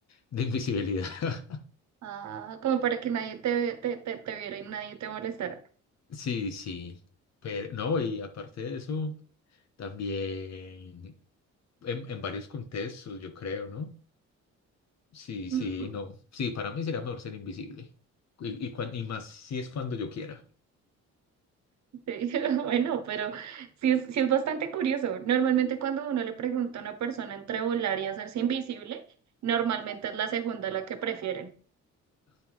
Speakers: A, on the left (about 60°); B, on the right (about 65°).
A: de invisibilidad. <laughs>
B: Ah, como para que nadie te, ve- te, te, te viera y nadie te molestara.
A: Sí, sí, pero no, y aparte de eso, también en, en varios contextos, yo creo, ¿no? Sí,
B: No.
A: sí, no, sí, para mí sería mejor ser invisible y, y, cuan- y más si es cuando yo quiera.
B: Sí, <laughs> bueno, pero sí es, sí es bastante curioso. Normalmente cuando uno le pregunta a una persona entre volar y hacerse invisible, normalmente es la segunda la que prefieren.